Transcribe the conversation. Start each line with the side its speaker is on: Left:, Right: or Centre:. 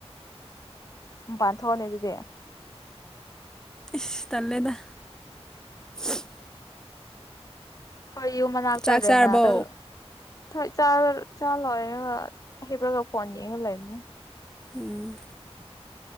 Left: ꯃꯄꯥꯟ ꯊꫭꯍꯂꯦ ꯑꯗꯨꯗꯤ
Centre: ꯏꯁ ꯇꯜꯂꯦꯗ <unintelligible>
Left: ꯍꯣꯏ ꯌꯨ ꯃꯅꯥꯛꯇꯔꯦ
Centre: ꯆꯥꯛ ꯆꯥꯔꯕꯣ
Left: ꯃꯅꯥꯛꯇ ꯊꯣꯏ ꯆꯥꯔꯦ ꯆꯥ ꯂꫭꯏꯔꯦꯕ ꯍꯤꯞꯄꯒ ꯐꯣꯟ ꯌꯦꯡꯉ ꯂꯩꯕꯅꯦ
Centre: ꯎꯝ